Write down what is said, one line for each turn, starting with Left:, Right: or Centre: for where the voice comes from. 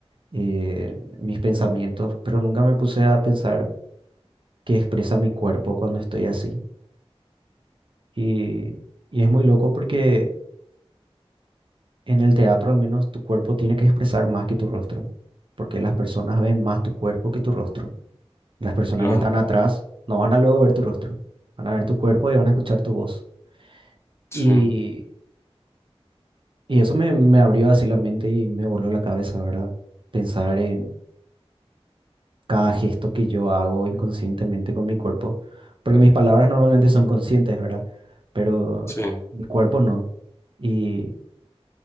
Right: eh, mis pensamientos, pero nunca me puse a pensar qué expresa mi cuerpo cuando estoy así. Y, y es muy loco porque en el teatro al menos tu cuerpo tiene que expresar más que tu rostro, porque las personas ven más tu cuerpo que tu rostro. Las personas
Left: claro,
Right: que están atrás no van a luego ver tu rostro, van a ver tu cuerpo y van a escuchar tu voz.
Left: sí,
Right: Y, y eso me, me abrió así la mente y me voló la cabeza, ¿verdad? Pensar en cada gesto que yo hago inconscientemente con mi cuerpo, porque mis palabras normalmente son conscientes, ¿verdad? Pero
Left: sí.
Right: mi cuerpo no. Y